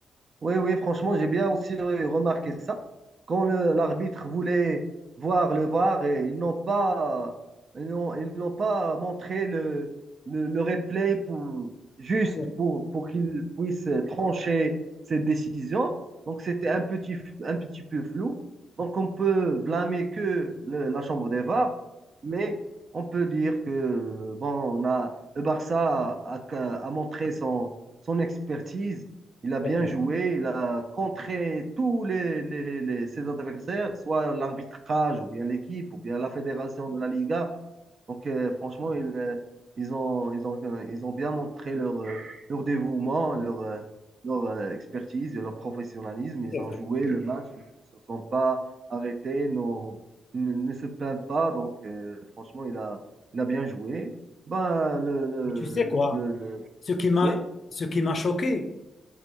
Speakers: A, on the right; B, on the left.
A: Oui, oui, franchement, j'ai bien aussi euh, remarqué ça. Quand le- l'arbitre voulait voir le VAR, et ils n'ont pas, ils n'ont, ils n'ont pas montré le, le, le replay pour, juste
B: Bon,
A: pour, pour qu'ils puissent trancher cette décision. Donc, c'était un petit, un petit peu flou. Donc, on peut blâmer que le- la chambre des VAR, mais on peut dire que bon, on a, le Barça a, a montré son, son expertise il a bien
B: C'est vrai,
A: joué, il a contré tous les, les- les- ses adversaires, soit l'arbitrage, ou bien l'équipe, ou bien la fédération de la Liga. Donc, euh, franchement, ils, euh, ils ont, ils ont, euh, ils ont bien montré leur, euh, leur dévouement, leur, euh, leur euh, expertise et leur professionnalisme. Ils
B: c'est
A: ont
B: vrai.
A: joué le match, ils ne se sont pas arrêtés, n'ont- ne, ne se plaignent pas. Donc, euh, franchement, il a, il a bien joué. Ben, le, le,
B: Mais tu sais quoi?
A: le, le-
B: Ce qui m'a,
A: oui,
B: ce qui m'a choqué.